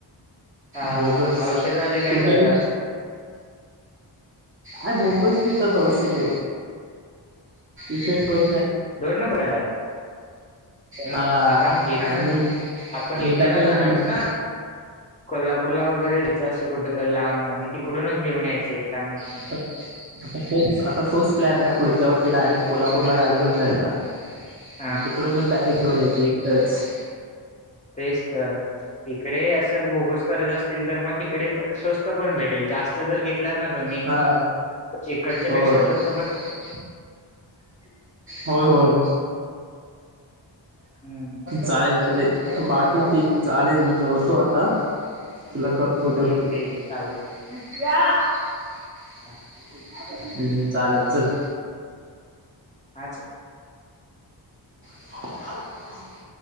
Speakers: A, on the left; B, on the right.
A: हा हा
B: बोगस,
A: हा औषधवाले काय
B: तुमच्याकडे?
A: करतात
B: आय भोगच पीतात औषध. इफेक्ट व्हय
A: दोन नंबर <inaudible> मग
B: हा
A: आपण घेताना,
B: आणि
A: आपण
B: आणि
A: घेतानाच
B: डबल
A: आणायचं
B: किंमत
A: ना. कोल्हापूरला वगैरेच असं कुठे तर लांब आणि तिकडूनच घेऊन यायचे येताना.
B: आता? आता तोच, आता तोच प्लॅन आहे पुढच्या वर्षी डायरेक्ट कोल्हापूरला गाडी घेऊन जायचा.
A: हा
B: आणि तिकडूनच डायरेक्ट घेऊन यायचं एकटच.
A: तेच तर इकडे असं बोगस करत असतील तर मग तिकडे स्वस्त पण भेटेल जास् त घेतलात ना तुम्ही,
B: हा
A: इकडच्या
B: होय
A: पेक्षा स्वस्त प
B: <inaudible> होय, होय
A: हम्म
B: जाईल झाले. बाकी ठीक चालेल मी जेवतो आता, तुला कर
A: ठीक
B: <unintelligible>
A: ठीक आहे चालेल हा
B: हम्म, चालेल चल.
A: आचा
B: <inaudible>